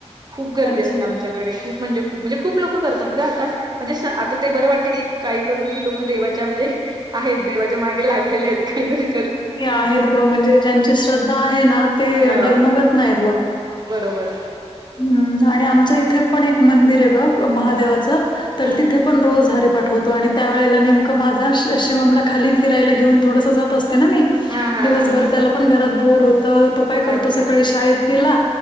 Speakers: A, on the right; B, on the left.
A: खूप गर्दी
B: अच्छा
A: असते आमच्या डे खूप म्हणजे खू म्हणजे खूप लोक करतात ग आता म्हणजे आता ते बरं वाटतं की काही करू की लोक देवाच्या म्हणजे आहेत देवाच्या मागे लागलेले आहेत काहीतरी कर
B: नाही आहेत ग म्हणजे ज्यांची श्रद्धा आहे ना ते
A: हो
B: डगमगत नाहीत बघ
A: बरोबर
B: हम् आणि आमच इथे पण एक मंदिर आहे बघ महादेवाचं तर
A: हं
B: तिथे
A: हं.
B: पण रोज हरिपाठ होतो आणि त्यावेेळेला नेमकं माझा शिवामला खाली फिरायला घेऊन थोडंसं जात असत मी
A: हां हां
B: दिवसभर
A: हां.
B: त्याला पण घरात बोर हो तर तो काय करतो
A: अच्छा.
B: सकाळी शाळेत गेला